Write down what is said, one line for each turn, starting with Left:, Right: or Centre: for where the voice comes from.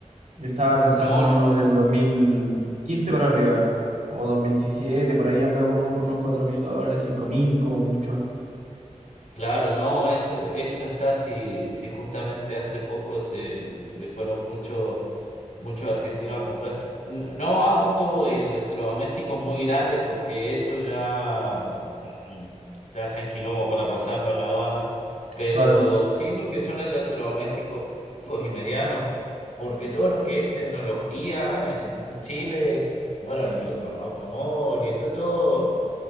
Right: Yo estaba pensando
Left: No,
Right: en
Left: no,
Right: uno
Left: no,
Right: del
Left: sí.
Right: 2015 para arriba, como 2017 por ahí anda como por los cuatro mil dólares, cinco mil como mucho.
Left: Claro, no, eso, eso está si, si justamente hace poco se, se fueron muchos muchos argentinos a comprar. No, no autos y electrodomésticos muy grandes, porque eso ya mm, te hacen quilombo para pasarlo en la aduana. Pero
Right: Claro,
Left: sí lo que son electrodomésticos chicos y medianos, porque todo lo que es tecnología en, en Chile, bueno, lo- los automóviles, todo, todo